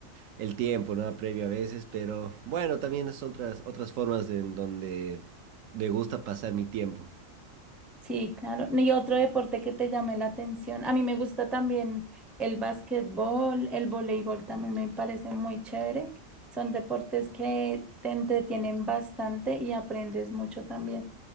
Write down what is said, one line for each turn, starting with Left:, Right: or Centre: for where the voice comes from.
Right: el tiempo, ¿no? Apremia a veces, pero bueno, también son otras, otras formas en donde me gusta pasar mi tiempo.
Centre: Sí, claro. Y otro deporte que te llame la atención. A mí me gusta también el básquetbol, el voleibol también me parece muy chévere. Son deportes que te entretienen bastante y aprendes mucho también.